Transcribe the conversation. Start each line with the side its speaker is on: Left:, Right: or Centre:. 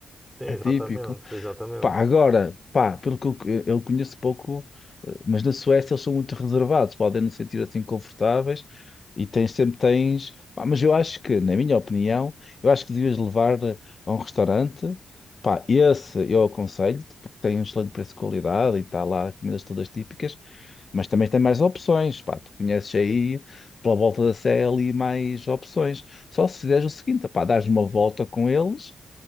Centre: Sim,
Left: É
Centre: exatamente,
Left: típico.
Centre: exatamente.
Left: Pá, agora, pá, pelo que eu, eu conheço pouco, eh, mas na Suécia eles são muito reservados, podem não se sentir assim confortáveis e tens, sempre tens. Pá, mas eu acho que, na minha opinião, eu acho que devias levar eh, a um restaurante. Pá, esse eu aconselho-te, porque tem um excelente preço-qualidade e qualidade e está lá comidas todas típicas. Mas também tem mais opções, pá. Tu conheces aí, pela volta da Sé, ali mais opções. Só se fizeres o seguinte, pá, dás uma volta com eles